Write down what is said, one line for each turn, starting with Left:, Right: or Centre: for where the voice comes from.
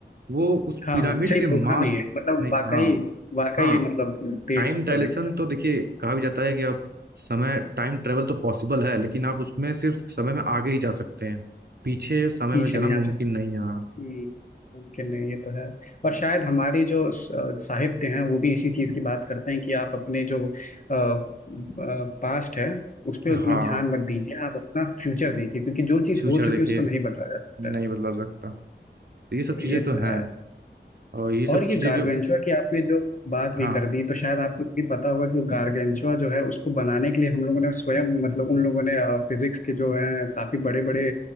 Right: वो उस
Left: हाँ
Right: पिरामिड
Left: हाँ अच्छा ये
Right: के मास्क
Left: धोखा नहीं है मतलब
Right: नहीं
Left: वाकई
Right: हाँ
Left: वाकई
Right: हाँ
Left: मतलब तेज
Right: टाइम
Left: चलता
Right: डायलेशन
Left: हुआ दिखता है
Right: तो देखिए कहा भी जाता है कि आप समय टाइम ट्रेवल तो पॉसिबल है लेकिन आप उसमें सिर्फ समय में आगे ही जा सकते हैं पीछे समय
Left: पीछे
Right: में जाना
Left: नहीं
Right: मुमकिन
Left: आ सकता
Right: नहीं है हाँ
Left: हम्म, मुमकिन नहीं ये तो है और शायद हमारी जो स- साहित्य है वो भी इसी चीज की बात करते हैं कि आप अपने जो पास्ट है उस पर उतना
Right: हाँ
Left: ध्यान मत दीजिए आप अपना फ्यूचर देखिए क्योंकि जो चीज
Right: फ्यूचर
Left: हो चुकी
Right: देखिए
Left: है उसको नहीं बदला जा सकता
Right: नहीं
Left: है
Right: बदला जा सकता तो ये सब
Left: तो
Right: चीज़ें
Left: ये
Right: तो
Left: तो
Right: हैं
Left: है
Right: और ये सब
Left: और ये
Right: चीज़ें
Left: गार्गेंचुआ
Right: जो
Left: की आपने जो बात
Right: हाँ
Left: भी कर दी तो शायद आपको भी पता होगा कि वो गार्गेंचुआ जो है उसको बनाने के लिए हम लोगों ने स्वयं मतलब उन लोगों ने फिजिक्स के जो है काफी बड़े बड़े